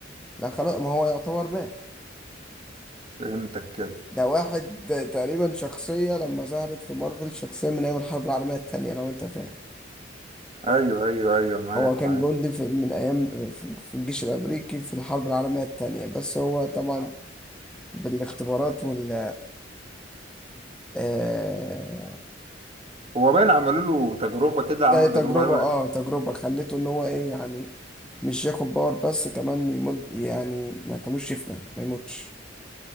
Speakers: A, in the centre; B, on the right.
A: ده خلاص ما هو يعتبر مات
B: فهمتك كده
A: ده واحد آه، تقريبا شخصية لما ظهرت في مارفل شخصية من أيام الحرب العالمية التانية لو أنت فاهم
B: ايوه ايوه ايوه معاك
A: هو كان
B: معاك
A: جندي في من أيام في في الجيش الأمريكي في الحرب العالمية التانية بس هو طبعا بالاختبارات وال آه،
B: هو باين عملوا له تجربه كده عملوا
A: ده تجربة
B: تجربه دايما
A: اه تجربة خليته إن هو إيه يعني مش ياخد باور بس كمان يمد يعني ما كانوش يفنى ما يموتش